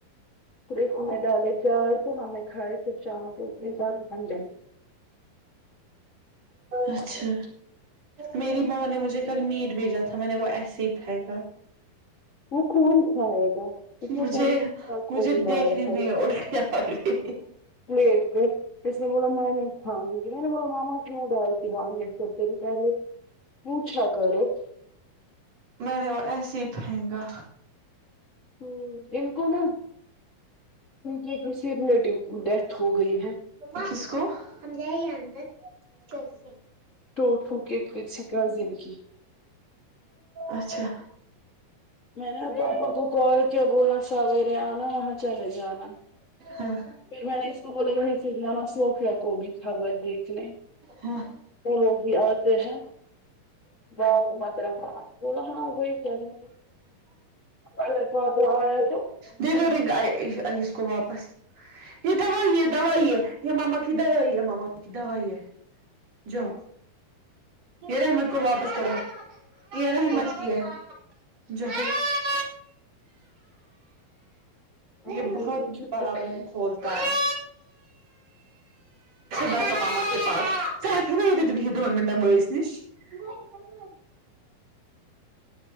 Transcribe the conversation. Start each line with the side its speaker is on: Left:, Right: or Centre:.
Left: پ میں ڈالے چا تو ہم نے کھائے سب چاول کے ساتھ انڈے
Right: اچھا میری ماں نے مجھے کل میٹ بھیجا تھا میں نے وہ ایسے ہی پھینکا
Left: وہ کون کھائے گا اس میں
Right: مجھے
Left: پنیر
Right: مجھے
Left: گوبھی ڈالا
Right: دیکھنے
Left: تھا
Right: میں الٹی آ گئی
Left: پلیٹ پے جس نے بولا میں نہی کھاؤں گی میں نے بول مما کیوں ڈالتی ہو پری س نے پوچھا کرو <unintelligible>
Right: میں نے وہ ایسے ہی پھینکا
Left: ہ ان کو نا یہ کسی رلیٹو کی ڈیتھ ہو گئی ہے
Right: ماسکو ہم جیں گے یہ اندر جل سے
Left: ٹوک پھوک کےک کرتس سےک کا زندگی <unintelligible>
Right: اچھا
Left: میں نے پاپا کول کیا بولنا سورے آنا وہ چلے جانا
Right: ہاں
Left: پھر میں نے اس کو بولا وہیں سے جانا صوفیا کو بھی تھا وہ دیکھنے
Right: ہاں
Left: وہ لوگ بھی آتے ہیں واہ متر تھولہ ہنا ا کیا د <unintelligible> اور پ آ س آ <unintelligible>
Right: دید رگ اس کو واپس <unintelligible> یہ دوائی ہے دوائی ہے یہ ماما کی دوائی ہے ماما کی دوائی ہے جؤ رحمت کو واپس کرو کی نا ہممت
Left: چلو
Right: کی ہے ج <unintelligible>
Left: چلو آپ
Right: یہ
Left: کو بے
Right: بہت
Left: چپ
Right: بڑا
Left: ہو رہا
Right: منہ
Left: ہے
Right: کھولتا ہے پن بت دون منٹن بٮیس نیش <unintelligible>